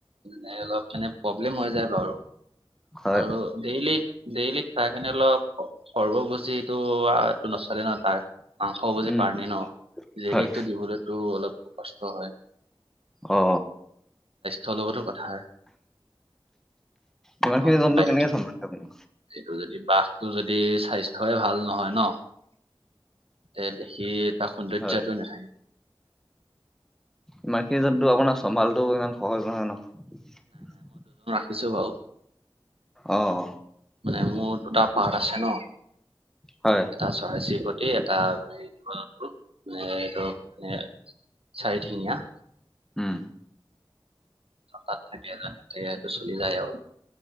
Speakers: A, on the right; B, in the centre.
A: নে অলপ মানে প্ৰব্লেম হৈ যায় বাৰু
B: হয়
A: আৰু ডেইলি- ডেইলি। তাহ খিনি অলপ সৰ্ব ভুজিত। টো এইটো নচলে ন তাৰ মাংস ভুজী
B: উম
A: প্ৰাণী ন।
B: হয়
A: লেকটো দিবলৈতো অলপ কষ্ট হয়।
B: অ।
A: চলতো কথা।
B: ইমানখিনি
A: অ
B: জন্তু
A: বায়
B: কেনেকে চম্ভালে আপুনি
A: সেইটো যদি বাঘ। ত যদি স্বাস্থ্যই ভাল নহয় ন। এ দেখি তাৰ সৌন্দৰ্যটো
B: হয়
A: নাথাকে।
B: ইমানকিন যটো আপোনাৰ চম্ভালটো ইমান সহজ নহয় ন।
A: দিছো ভাও।
B: আহ।
A: মানে মোৰ দুটা পাৰ্ট আছে ন
B: হয়
A: এটা চৰাই চিৰিকটি এ। টা মানে জীৱ জ ম এইটো মানে চাৰিঠেঙীয়া
B: উম
A: তাত থাকে সেইটো চলি যায় আৰু।